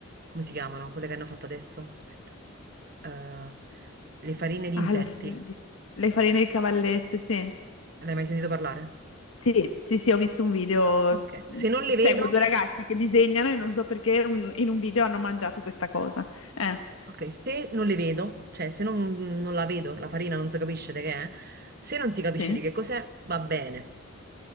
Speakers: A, on the right (about 45°); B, on the left (about 80°).
A: come si chiamano? Quelle che hanno fatto adesso? Aspetta. Eh, le farine di
B: Ah,
A: insetti.
B: le, f- di- le farine di cavallette, sì.
A: L'hai mai sentito parlare?
B: Sì, sì, sì, ho visto un video.
A: Ok, se non le
B: Seguo
A: vedo,
B: due ragazzi che disegnano e non so perché un- in un video hanno mangiato questa cosa. Eh,
A: ok, se non le vedo, cioè se non, non la vedo, la farina non si capisce di che è, se non si capisce
B: sì?
A: di che cos'è, va bene.